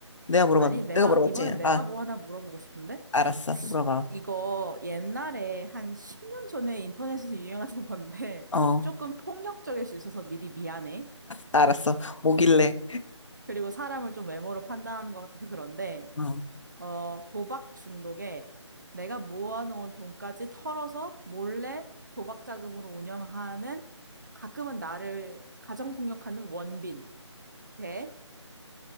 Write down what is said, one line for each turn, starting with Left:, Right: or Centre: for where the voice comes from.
Left: 내가 물어봤,
Right: 아니, 내가
Left: 내가 물어봤지?
Right: 이번엔 내가
Left: 아,
Right: 뭐 하나 물어보고 싶은데?
Left: 알았어. 물어봐.
Right: 이거 옛날에 한 10년 전에 인터넷에서 유행하던 건데
Left: 어,
Right: <laughs> 조금 폭력적일 수 있어서 미리 미안해.
Left: 알았어. 뭐길래.
Right: 그리고 사람을 좀 외모로 판단하는 것 같아서 그런데
Left: 어.
Right: 어, 도박 중독에 내가 모아놓은 돈까지 털어서 몰래 도박 자금으로 운영하는 가끔은 나를 가정폭력하는 원빈 대